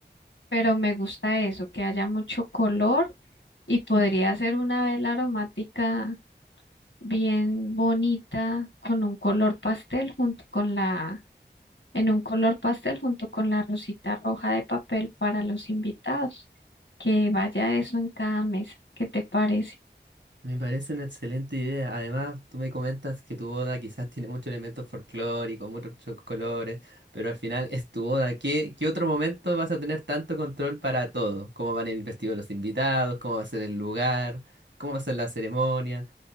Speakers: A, on the left; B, on the right.
A: pero me gusta eso, que haya mucho color y podría ser una vela aromática bien bonita con un color pastel junto con la en un color pastel junto con la rosita roja de papel para los invitados. Que vaya eso en cada mesa. ¿Qué te parece?
B: Me parece una excelente idea. Además, tú me comentas que tu boda quizás tiene muchos elementos folclóricos, muchos colores, pero al final es tu boda. ¿Qué, qué otro momento vas a tener tanto control para todo? ¿Cómo van a ir vestidos los invitados? ¿Cómo va a ser el lugar? ¿Cómo va a ser la ceremonia?